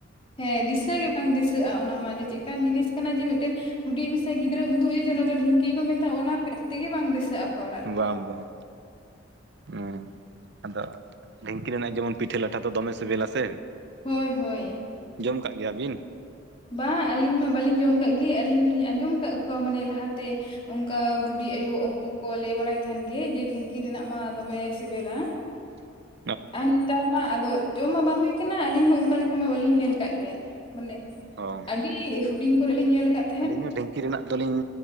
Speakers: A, on the left; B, on the right.
A: ᱦᱮᱸ ᱫᱤᱥᱟᱹ ᱜᱮ ᱵᱟᱝ ᱫᱤᱥᱟᱹᱜᱼᱟ ᱚᱱᱟ ᱢᱟ ᱡᱮ ᱪᱮᱜᱠᱟᱱ ᱡᱤᱱᱤᱥ ᱠᱟᱱᱟ ᱡᱮ ᱢᱤᱫᱴᱮᱱ ᱦᱩᱰᱤᱧ ᱢᱮᱥᱮ ᱜᱤᱫᱽᱨᱟᱹᱢ ᱩᱫᱩᱜ ᱟᱭᱟ ᱡᱮ ᱚᱱᱟ ᱫᱚ ᱰᱷᱤᱝᱠᱤ ᱠᱤ ᱠᱚ ᱢᱮᱛᱟᱜ-ᱟ ᱚᱱᱟ ᱢᱮᱫᱽ ᱛᱮᱜᱮ ᱵᱟᱝ ᱫᱤᱥᱟᱹᱜᱼᱟ᱾ ᱚᱠᱟ ᱚᱲᱟᱜ ᱨᱮᱦᱚᱸ
B: ᱵᱟᱝ- ᱵᱟᱝ, ᱚ ᱟᱫᱚ ᱰᱷᱤᱝᱠᱤ ᱨᱮᱱᱟᱜ ᱡᱮᱢᱚᱱ ᱯᱤᱴᱷᱟᱹᱼ ᱞᱟᱴᱷᱟ ᱫᱚ ᱫᱚᱢᱮ ᱥᱤᱵᱤᱞᱟ ᱥᱮ
A: ᱦᱳᱭ -ᱦᱳᱭ,
B: ᱟᱸᱡᱚᱢ ᱠᱟᱜ ᱜᱮᱭᱟ ᱵᱤᱱ?
A: ᱵᱟᱝ ᱟᱹᱞᱤᱧ ᱢᱟ ᱵᱟᱹᱞᱤᱧ ᱡᱚᱢ ᱠᱟᱜ ᱜᱮ ᱟᱹᱞᱤᱧ ᱫᱚᱞᱤᱧ ᱟᱸᱡᱚᱢ ᱟᱠᱟᱜ ᱠᱚᱣᱟ ᱢᱟᱱᱮ ᱞᱟᱦᱟᱛᱮ ᱚᱱᱠᱟ ᱵᱩᱰᱤ ᱟᱭᱳ ᱩᱱᱠᱩ ᱠᱚ ᱞᱟᱹᱭ ᱵᱟᱲᱟᱭ ᱛᱟᱦᱮᱱ ᱜᱤ ᱡᱮ ᱰᱷᱤᱝᱠᱤ ᱨᱮᱱᱟᱜ ᱢᱟ ᱫᱚᱢᱮ ᱥᱮᱵᱮᱞᱟ᱾
B: <unintelligible>
A: ᱟᱨ ᱱᱮᱛᱟᱨ ᱢᱟ ᱟᱫᱚ ᱡᱚᱢ-ᱟ ᱵᱟᱝ ᱦᱩᱭ ᱟᱠᱟᱱᱟ ᱟᱞᱤᱧ ᱦᱚᱸ ᱚᱱᱠᱟ ᱞᱮᱠᱟ ᱢᱟ ᱵᱟᱹᱞᱤᱧ ᱧᱮᱞ ᱠᱟᱜ ᱜᱮ ᱢᱟᱱᱮ
B: ᱚ
A: ᱟᱹᱰᱤ ᱦᱩᱴᱤᱝ ᱠᱚᱨᱮᱜ ᱞᱤᱧ ᱧᱮᱞ ᱠᱟᱫ
B: ᱟᱹᱞᱤᱧ ᱦᱚᱸ ᱰᱷᱤᱮᱝᱠᱤ ᱨᱮᱱᱟᱜ ᱫᱚᱞᱤᱧ